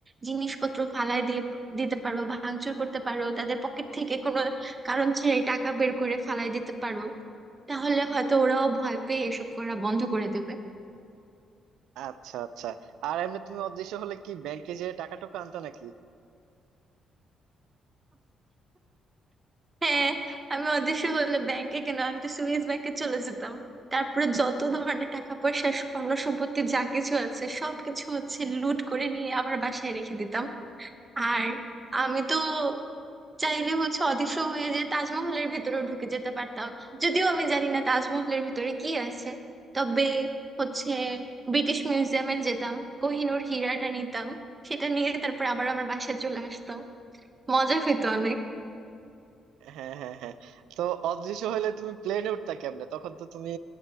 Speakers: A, on the right; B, on the right.
A: জিনিসপত্র ফালায় দিয়ে দিতে পারো ভাঙচুর করতে পারো তাদের পকেট থেকে কোনো কারণ ছাড়াই টাকা বের করে ফালায় দিতে পারো তাহলে হয়তো ওরাও ভয় পেয়ে এসব করা বন্ধ করে দেবে
B: আচ্ছা আচ্ছা আর এমনি তুমি অদৃশ্য হলে কি ব্যাংকে যেয়ে টাকা টুকু আনতা নাকি
A: হ্যাঁ আমি অদৃশ্য হলে ব্যাংকে কেন আমি তো সুইস ব্যাংকে চলে যেতাম তারপরে যত ধরনের টাকা পয়সা স্বর্ণ সম্পত্তি যা কিছু আছে সবকিছু হচ্ছে লুট করে নিয়ে আমার বাসায় রেখে দিতাম আর আমি তো চাইলে হচ্ছে অদৃশ্য হয়ে যে তাজমহলের ভিতরেও ঢুকে যেতে পারতাম যদিও আমি জানি না তাজমহলের ভিতরে কি আছে তবে হচ্ছে ব্রিটিশ মিউজিয়ামে যেতাম কোহিনূর হীরাটা নিতাম সেটা নিয়ে তারপর আবার আমার বাসায় চলে আসতাম মজা হইতো অনেক
B: হ্যাঁ হ্যাঁ হ্যাঁ তো অদৃশ্য হলে তুমি প্লেনে উঠতা কেমনে তখন তো তুমি